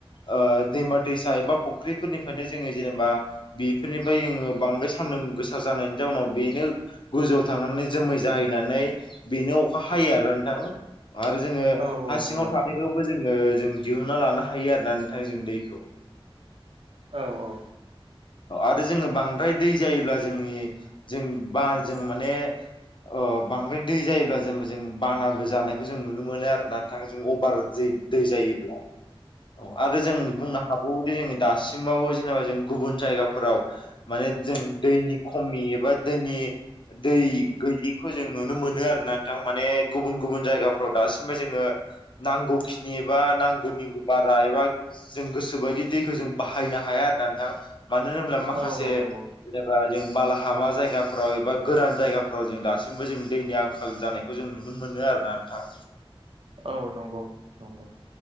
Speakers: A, on the left (about 55°); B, on the right (about 70°).
A: ओ दैमा दैसा एबा फुख्रिफोरनिफ्रायनो जोङो जेनेबा बेफोरनिफ्राय जोङो बांद्राय सान्दुं गोसा जानायनि जाउनाव बेनो गोजौआव थांनानै जोमै जाहैनानै बेनो अखा हायो आरो नोंथां। आरो जोङो
B: औ
A: हा
B: नंगौ
A: सिङाव थानायखौबो जोङो जों दिहुनना लानो हायो आरोना नोंथां जों दैखौ।
B: औ औ
A: आरो जोङो बांद्राय दै जायोब्ला जोंनि जों बा जों माने ओ बांद्राय दै जायोब्ला जेनेबा जों बानाबो जानायखौ जों नुनो मोनो आरोना नोंथाङा जों अभार जै दै जायोब्ला। औ आरो जों बुंनो हाबावोदि जोङो दासिमबावबो जेनेबा जों गुबुन जायगाफोराव माने जों दैनि खमि एबा दैनि दै गैयिखौ जों नुनो मोनो आरोना नोंथां माने गुबुन गुबुन जायगाफोराव दासिमबो जोङो नांगौखिनि एबा नांगौनि बारा एबा जों गोसोबायदि दैखौ जों बाहायनो हाया। आरोना नोंथां मानो होनोब्ला माखासे
B: औ नंगौ
A: जेनोबा जों बाला हामा जायगाफ्राव एबा गोरान जायगाफ्राव जों दासिमबो जों दैनि आंखाल जानायखौ जों नुनो मोनो आरोना। थां
B: औ नंगौ नंगौ।